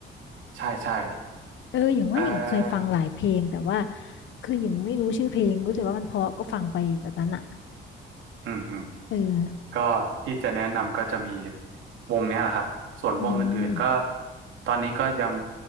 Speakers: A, on the right; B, on the left.
A: ใช่ใช่
B: เออหญิงว่าหญิงเคยฟังหลายเพลงแต่ว่า
A: เออ
B: คือหญิงไม่รู้ชื่อเพลงรู้แต่ว่ามันเพราะก็ฟังไปแบบนั้นอ่ะ
A: อืมอืม
B: เออ
A: ก็ที่จะแนะนำก็จะมีวงเนี้ยแหละครับส่วนวงอื่นๆก็
B: อืม
A: ตอนนี้ก็ยัง